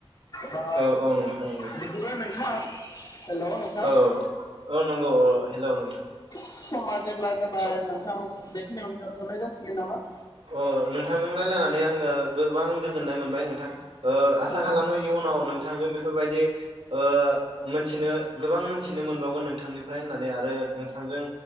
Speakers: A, on the left (about 50°); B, on the right (about 85°).
A: दा
B: औ औ नोंथां नंगौ
A: बिदिबा नोंथां <inaudible> नोंथां
B: औ औ नंगौ औ हेलौ नोंथां
A: समाज जेब्ला जाबाय
B: स
A: नोंथां बेखिनियावनो दोनथनाय जासिगोन नामा
B: अ नोंथांजों रायलायनानै आङो गोबां गोजोननाय मोनबाय नोंथां ओ आसा
A: औ
B: खालामो इयुनाव नोंथांजों बेफोरबायदि ओ मोनथिनो गोबां मोनथिनो मोनबावगोन नोंथांनिफ्राय होननानै आरो रो नोंथांजों